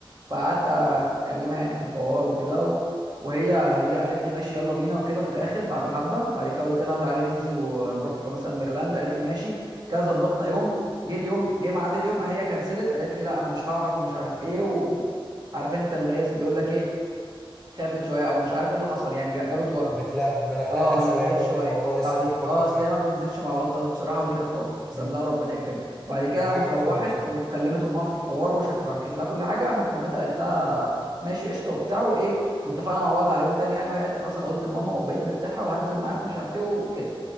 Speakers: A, on the right; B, in the centre.
A: فقعدت اكلمها يعني في الحوار وكده و... وهي هي قالت لي ماشي يلا بينا وكده في الاخر بعد حبه بعد كده قلت لها تعالي ننزل ونروح في مثلا ميرلاند قالت لي ماشي كده ظبطنا يوم جه اليوم جه ميعاد اليوم هي كنسلت قالت لي لا انا مش هعرف ومش عارف ايه وعارف انت اللي هي بيقول لك ايه خافت شويه او مش عارف ايه اللي حصل يعني جا- جابت ورا
B: بتلقلق ملقلقة
A: اه
B: شوية
A: لا لقيت
B: ممكن
A: شويه
B: موضوع لسه
A: بعد
B: بتفكر
A: كده اه اصل
B: فيه
A: هي ما بتنزلش مع ولاد خالص بصراحه ودي كانت نقطه تحتسب
B: امم
A: لها وربنا يكرمها بعد كده
B: دي
A: قامت
B: حاجة
A: روحت
B: محترمة بصراحة
A: وكلمت امها في الحوار وحكيت لها كل حاجه قامت مامتها قالت لها ماشي قشطه وبتاع وايه واتفقنا مع بعض على يوم تاني يعني وهي قالت لي خلاص انا قلت لماما وبقيت مرتاحه وهنزل معاك ومش عارف ايه وكده